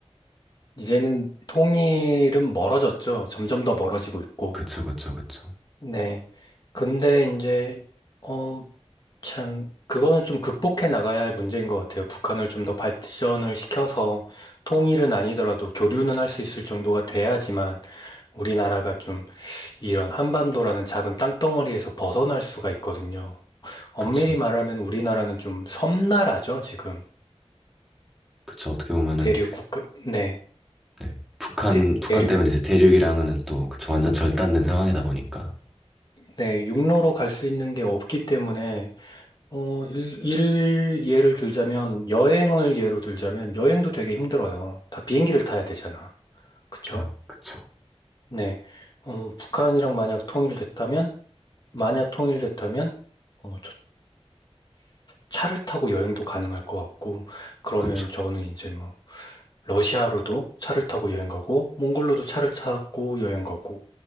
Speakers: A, on the left (about 40°); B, in the centre.
A: 이제는 통일은 멀어졌죠. 점점 더 멀어지고 있고.
B: 그쵸, 그쵸, 그쵸.
A: 네. 근데 이제 어 참 그거는 좀 극복해 나가야 할 문제인 것 같아요. 북한을 좀 더 발전을 시켜서 통일은 아니더라도 교류는 할 수 있을 정도가 돼야지만 우리나라가 좀 이런 한반도라는 작은 땅덩어리에서 벗어날 수가 있거든요. 엄밀히
B: 그쵸.
A: 말하면 우리나라는 좀 섬나라죠, 지금.
B: 그쵸. 어떻게 보면은
A: 대륙 국 네.
B: 네. 북한,
A: 대,
B: 북한
A: 륙
B: 때문에 이제 대륙이랑은 또 그쵸, 완전 절단된 상황이다 보니까.
A: 네, 육로로 갈 수 있는 게 없기 때문에, 어, 일, 일 예를 들자면, 여행을 예로 들자면, 여행도 되게 힘들어요. 다 비행기를 타야 되잖아. 그쵸?
B: 아, 그쵸.
A: 네. 어, 북한이랑 만약 통일됐다면, 만약 통일됐다면, 어, 저 차를 타고 여행도 가능할 것 같고, 그러면
B: 그쵸,
A: 저는 이제 뭐, 러시아로도 차를 타고 여행 가고, 몽골로도 차를 타고 여행 가고,